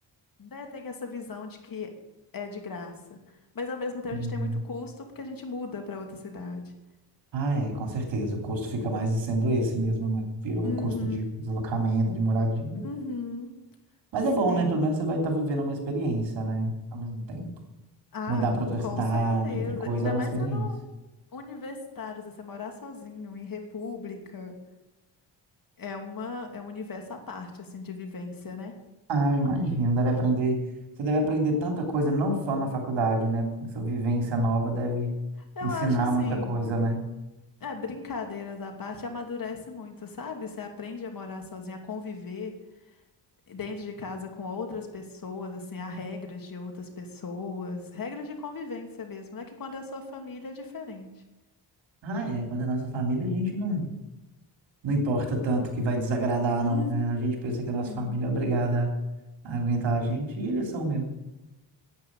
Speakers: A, on the left; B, on the right.
A: né, tem essa visão de que é de graça. Mas ao mesmo tempo
B: Uhum.
A: a gente tem muito custo porque a gente muda para outra cidade.
B: Ah, é, com certeza. O custo fica mais sendo esse mesmo, né? Virou
A: Uhum,
B: um custo de deslocamento, de moradia.
A: uhum,
B: Mas
A: sim.
B: é bom, né? Pelo menos você vai estar vivendo uma experiência, né? Ao mesmo tempo.
A: Ah,
B: Mudar para outra
A: com
B: cidade,
A: certeza.
B: outra coisa,
A: Ainda
B: é uma
A: mais
B: experiência.
A: sendo universitário, se você morar sozinho em república, é uma é um universo à parte assim de vivência, né?
B: Ah, eu imagino, deve aprender. Você deve aprender tanta coisa, não só na faculdade, né? Essa vivência nova deve
A: Eu
B: ensinar
A: acho assim,
B: muita coisa, né?
A: é brincadeiras à parte, amadurece muito, sabe? Você aprende a morar sozinho, a conviver dentro de casa com outras pessoas, assim, há regras de outras pessoas, regras de convivência mesmo, né? Que quando é a sua família é diferente.
B: Ah, é. Quando é nossa família, a gente não, não importa tanto que vai desagradar,
A: Uhum.
B: não. né? A gente pensa que a nossa
A: Sim.
B: família é obrigada a aguentar a gente, e eles são mesmo.